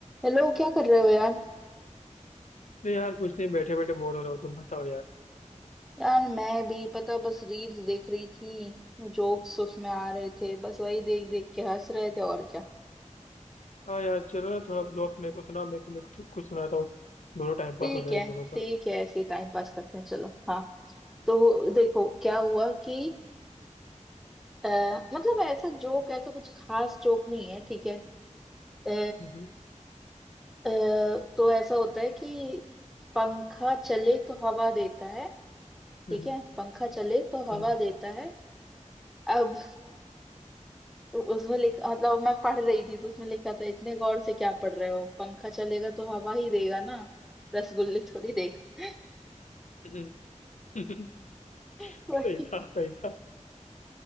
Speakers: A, in the centre; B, on the left (about 70°).
A: Hello क्या कर रहे हो यार
B: नहीं यार कुछ नहीं बैठे बैठे बोर हो रहा हूँ तुम बताओ यार
A: यार मैं भी पता बस रील्स देख रही थी जोक्स उसमें आ रहे थे बस वही देख देख के हंस रहे थे और क्या
B: हाँ यार चलो ना थोड़ा जोक मेरे को सुना मैं तुम्हें कुछ कुछ सुनाता हूँ दोनों टाइम पास
A: ठीक
B: हो जाएगा
A: है
B: दोनों का
A: ठीक है ऐसे ही टाइम पास करते हैं चलो हाँ तो देखो क्या हुआ कि आ, मतलब ऐसा जोक ऐसा कुछ खास जोक नहीं है ठीक है आ,
B: हम्म
A: आ, तो ऐसा होता है कि पंखा चले तो हवा देता है ठीक
B: हम्म
A: है पंखा चले तो
B: हम्म
A: हवा देता है अब उ- उसमें लिखा मतलब मैं पढ़ रही थी तो उसमें लिखा था इतने गौर से क्या पढ़ रहे हो पंखा चलेगा तो हवा ही देगा ना रसगुल्ले थोड़ी देगा
B: हम्म <laughs>
A: <laughs>
B: सही
A: वही
B: था सही था